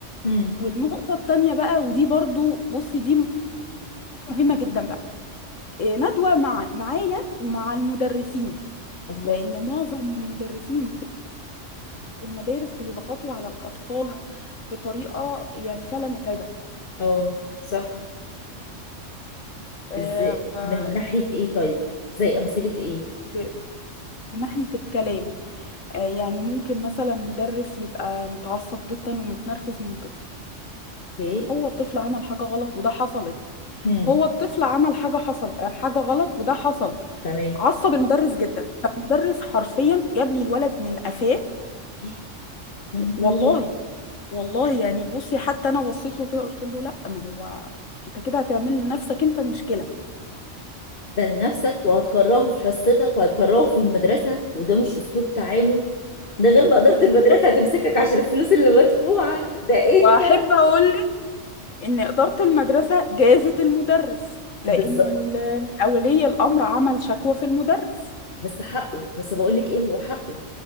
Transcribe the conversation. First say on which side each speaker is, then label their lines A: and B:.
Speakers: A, on the left; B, on the left.
A: هم.
B: والنقطة التانية بقى ودي برضو بصي دي مهمة جدا بقى إيه، ندوة مع معايا ومع المدرسين
A: الله
B: لأن معظم المدرسين في المدارس بيضغطوا على الأطفال بطريقة يعني فعلا متعبة
A: اه صح
B: آه،
A: ازاي
B: آه،
A: من ناحيه ايه طيب زي امثله ايه
B: ب- من ناحية الكلام آه، يعني ممكن مثلا مدرس يبقى متعصب جدا ومتنرفز من طفل
A: ايه
B: هو الطفل عمل حاجة غلط وده حصلت
A: هم.
B: هو الطفل عمل حاجة حصل آه، حاجة غلط وده حصل
A: تمام
B: عصب المدرس جدا فالمدرس حرفيا جاب لي الولد من قفاه
A: إيه؟ يا نهار
B: والله
A: ابيض
B: والله يعني بصي حتى انا بصيت له كده قلت له لا ما هو انت كده هتعمل لنفسك انت مشكله
A: ده لنفسك وهتكرهه في حصتك وهتكرهه في المدرسة وده مش أسلوب تعامل ده غير ما إدارة
B: بالظبط
A: المدرسة هتمسكك عشان الفلوس اللي مدفوعة ده أنت
B: واحب اقول لك ان اداره المدرسه جازت المدرس لانه
A: بالظبط
B: ال- اولي الامر عمل شكوى في المدرس
A: بس حقه بس بقولك إيه هو حقه